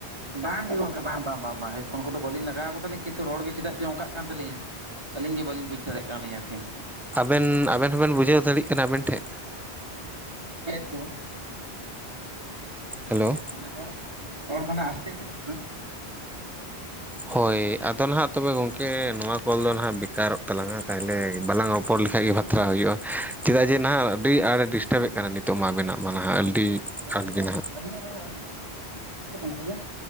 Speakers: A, on the right (about 25°); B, in the centre.
A: ᱵᱟᱝᱜᱮ ᱜᱚᱢᱠᱮ ᱵᱟᱝ ᱵᱟᱝ ᱵᱟᱝ ᱵᱟᱝ ᱦᱮᱰᱯᱷᱳᱱ ᱠᱚᱫᱚ ᱵᱟᱹᱞᱤᱧ ᱞᱟᱜᱟᱣ ᱠᱟᱫᱟᱹᱤᱧ ᱠᱤᱱᱛᱩ ᱨᱚᱲ ᱜᱮ ᱪᱮᱫᱟᱜ ᱪᱚᱝᱚᱱᱠ ᱠᱟᱱ ᱛᱟᱹᱞᱤᱧᱟ ᱟᱹᱞᱤᱧ ᱜᱮ ᱵᱟᱹᱞᱤᱧ ᱵᱩᱡᱽ ᱫᱟᱲᱮᱭᱟᱜᱞᱤᱧ ᱟᱨᱠᱤ
B: ᱟᱵᱮᱱ ᱟᱵᱮᱱ ᱦᱚᱸᱵᱮᱱ ᱵᱩᱡᱷᱟᱹᱣ ᱫᱟᱲᱮᱭᱟᱜ ᱠᱟᱱᱟ ᱟᱵᱮᱱ ᱴᱷᱮᱱ
A: ᱪᱮᱫ ᱠᱚ
B: ᱦᱮᱞᱳ
A: ᱢᱟᱱᱮ ᱨᱚᱲ ᱨᱚᱲ ᱢᱟᱱᱮ ᱟᱥᱛᱮ ᱟᱢᱚᱜ ᱠᱟᱱᱟ᱾
B: ᱦᱳᱭ ᱟᱫᱚ ᱱᱟᱦᱟᱜ ᱛᱚᱵᱮ ᱜᱚᱝᱠᱮ ᱱᱚᱣᱟ ᱠᱚᱞ ᱫᱚ ᱱᱟᱦᱟᱜ ᱵᱮᱠᱟᱨᱚᱜ ᱛᱟᱞᱟᱝᱟ ᱛᱟᱦᱚᱞᱮ ᱵᱟᱞᱟᱝ ᱨᱯᱚᱨ ᱞᱮᱠᱷᱟᱡ ᱜᱮ ᱵᱷᱟᱼᱼ ᱵᱟᱛᱨᱟᱣ ᱦᱩᱭᱩᱜᱼᱟ ᱪᱮᱫᱟᱜ ᱡᱮ ᱱᱟᱦᱟᱜ ᱟᱹᱰᱤ ᱟᱸᱴᱮ ᱰᱤᱥᱴᱟᱵᱮᱫ ᱠᱟᱱᱟ ᱱᱤᱛᱚᱜ ᱢᱟ ᱵᱮᱱᱟᱜ ᱢᱟ ᱱᱟᱦᱟᱜ ᱟᱹᱰᱤ
A: ᱢᱟᱱᱮ
B: ᱟᱸᱴ
A: ᱟᱹᱞᱤᱧᱟᱜ
B: ᱜᱮ ᱱᱟᱦᱟᱜ
A: ᱟᱹᱞᱤᱧᱟᱜ ᱱᱚᱣᱟ ᱢᱟᱱᱮ ᱟᱹᱞᱤᱧᱟᱜ ᱰᱤᱥᱴᱟᱵᱚᱜ ᱠᱟᱱᱟ ᱥᱮ ᱪᱮ